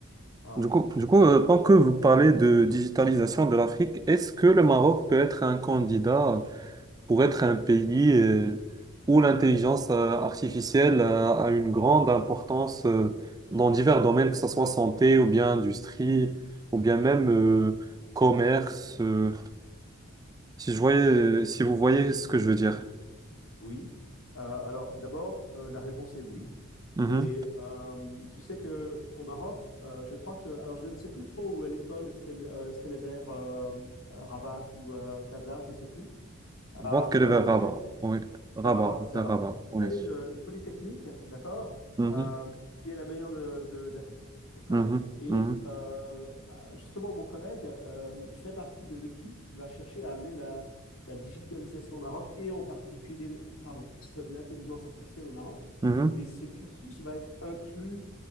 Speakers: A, on the left (about 70°); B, on the right (about 20°).
A: Voilà.
B: Du coup, du coup, euh, tant que vous parlez de digitalisation de l'Afrique, est-ce que le Maroc peut être un candidat? pour être un pays euh, où l'intelligence euh, artificielle euh, a une grande importance euh, dans divers domaines, que ce soit santé ou bien industrie ou bien même euh, commerce. euh, si je voyais, euh, si vous voyez ce que je veux dire.
A: Oui. Euh, alors, d'abord, euh, la réponse est oui.
B: Mhm.
A: Et euh, tu sais que au Maroc, euh, je crois que, alors je ne sais plus trop où est l'école. Est-ce qu'elle euh, est-ce qu'elle est vers euh, Rabat ou euh, Casa, je ne sais plus,
B: Je
A: Euh,
B: pense qu'elle
A: ou même
B: est vers
A: Raquel.
B: Rabat. Oui. Rabat,
A: C'est à Rabat, c'est
B: vers
A: à Rabat.
B: Rabat.
A: Vous
B: Oui.
A: avez une, une polytechnique, d'accord,
B: Mhm.
A: euh, qui est la meilleure de- de- d'Afrique. ok
B: Mhm.
A: Et
B: Mhm.
A: euh, bah, justement, mon collègue euh, fait partie de l'équipe qui va chercher à amener la, la digitalisation au Maroc et en particulier, l- pardon, l'intelligence artificielle au Maroc.
B: Mhm.
A: Et ce cursus va être inclus